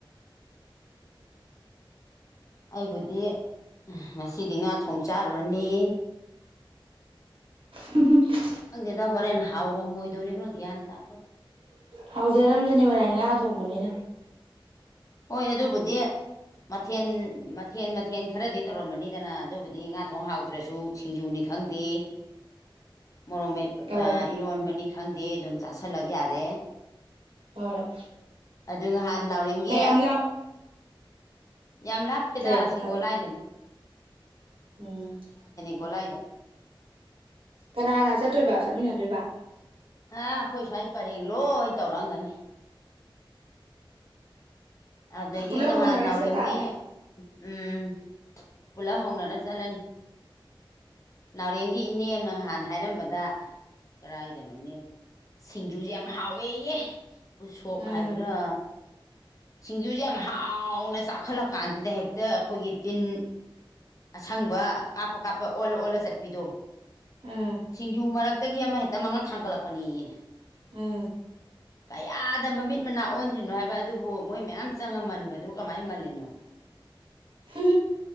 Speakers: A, on the left (about 40°); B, on the right (about 85°).
A: ꯑꯩꯕꯨꯗꯤ ꯎ ꯁꯤꯗꯤ ꯉꯥ ꯊꯣꯡ ꯆꯥꯔꯨꯔꯅꯤ
B: ꯍ
A: ꯅꯪꯗꯦꯗ ꯍꯣꯔꯦꯟ ꯍꯥꯎꯔꯝꯃꯣꯏꯗꯣꯔꯤꯕ꯭ꯔꯥ ꯒ꯭ꯌꯥꯟ ꯇꯥꯄ
B: ꯍꯧꯖꯔꯝꯖꯅꯤ ꯃꯥꯏ ꯉꯥ ꯊꯣꯡꯕꯅꯤꯅ
A: ꯍꯣꯏ ꯑꯗꯨꯕꯨꯗꯤ ꯃꯊꯦꯜ ꯃꯊꯦꯟ ꯃꯊꯦꯜ ꯈꯔꯗꯤ ꯇꯧꯔꯝꯕꯅꯤꯗꯅ ꯑꯗꯨꯕꯨꯗꯤ ꯉꯥ ꯊꯣꯡ ꯍꯥꯎꯇ꯭ꯔꯁꯨ ꯁꯤꯡꯖꯨꯅꯤ ꯈꯪꯗꯦ ꯃꯣꯔꯣꯃꯦꯦꯠ
B: ꯑꯧ
A: ꯑ ꯏꯔꯣꯟꯕꯅꯤ ꯈꯪꯗꯦ ꯑꯗꯨꯝ ꯆꯥꯥꯁꯜꯂꯛ ꯌꯥꯔꯦ
B: ꯍꯣꯏ
A: ꯑꯗꯨ ꯅꯥꯎꯔꯦꯝꯒꯤ
B: ꯀꯌꯥꯝ ꯂꯥꯞ
A: ꯌꯥꯝ ꯂꯥꯞꯇꯦꯗ
B: ꯀꯩ
A: ꯑꯁꯤꯒꯣꯂꯥꯏꯗꯅꯦ
B: ꯍꯥꯏꯕ ꯎꯝ
A: ꯣꯂꯥꯏꯗ
B: ꯀꯅꯥ ꯀꯅꯥ ꯆꯠꯇꯣꯏꯕ ꯆꯠꯃꯤꯟꯅꯗꯣꯏꯕ
A: ꯑ ꯑꯩꯈꯣꯏ ꯁ꯭ꯋꯥꯏ ꯄꯔꯦꯡ ꯂꯣꯏ ꯑꯩ ꯇꯧꯔꯛꯑꯝꯒꯅꯤ ꯑꯗꯒꯤ
B: ꯄꯨꯂꯞ
A: ꯉꯍꯥꯟ
B: ꯍꯧꯅꯔ
A: ꯅꯥꯎꯔꯦꯝꯒꯤ
B: ꯆꯠ ꯇꯥꯔꯦ
A: ꯎꯝ ꯄꯨꯂꯞ ꯍꯧꯅꯔ ꯆꯠꯂꯅꯤ ꯅꯥꯎꯔꯦꯝꯒꯤ ꯏꯅꯦ ꯑꯃꯅ ꯉꯍꯥꯟ ꯍꯥꯏꯔꯝꯕꯗ ꯀꯥꯏꯗꯅꯣꯅꯦ ꯁꯤꯡꯖꯨꯁꯦ ꯌꯥꯝ ꯍꯥꯎꯋꯦꯍ ꯎꯁꯣꯞ
B: ꯎꯝ
A: ꯍꯥꯏꯕ꯭ꯔꯥ ꯁꯤꯡꯖꯨꯁꯦ ꯌꯥꯝ ꯍꯥꯎꯅ ꯆꯥꯛꯈꯠꯂꯛ ꯀꯥꯟꯁꯤꯗ ꯍꯦꯛꯇ ꯑꯩꯈꯣꯏꯒꯤ ꯇꯤꯟ ꯑꯁꯪꯕ ꯀꯥꯞꯄ ꯀꯥꯞꯄ ꯑꯣꯜꯂ ꯑꯣꯜꯂ ꯆꯠꯄꯤꯗꯣ
B: ꯎꯝ
A: ꯁꯤꯡꯖꯨ ꯃꯔꯛ ꯇꯒꯤ ꯑꯃꯦꯛꯇ ꯃꯉꯥ ꯊꯥꯡꯒꯠꯂꯛꯄ ꯄꯅꯤꯦ
B: ꯎꯝ
A: ꯀꯌꯥꯗ ꯃꯃꯤꯠ ꯃꯅꯥ ꯑꯣꯟꯗ꯭ꯔꯤꯅꯣ ꯍꯥꯏꯕ ꯑꯗꯨꯕꯨ ꯃꯣꯏ ꯃꯌꯥꯝ ꯆꯪꯉ ꯃꯟꯕꯗꯨ ꯀꯃꯥꯏꯅ ꯃꯜꯂꯤꯅꯣꯕ
B: ꯍ